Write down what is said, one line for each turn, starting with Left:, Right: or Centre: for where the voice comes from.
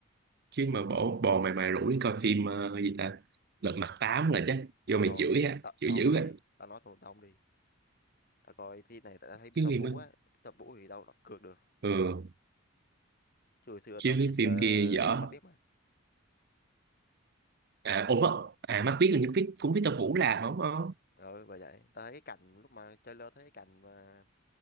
Right: chứ mà bỏ bò mày mày rủ đi coi phim ờ, gì ta lật mặt tám là chắc vô mày
Left: thôi
Right: chửi á
Left: tao
Right: chửi
Left: tao
Right: dữ
Left: không đi
Right: á
Left: tao nói thằng tao không đi tao coi phim này tao thấy biết
Right: chứ
Left: tập
Right: phim
Left: Vũ
Right: á
Left: á tập Vũ thì tao đặt cược được
Right: ừ
Left: chứ hồi xưa
Right: chứ
Left: tao không
Right: cái
Left: thích
Right: phim
Left: uh,
Right: kia dở
Left: mắt biết mà
Right: à ủa à mắt biết là những biết cũng biết tao Vũ làm đúng không
Left: ờ bởi vậy tao thấy cái cảnh lúc mà trailer thấy cái cảnh mà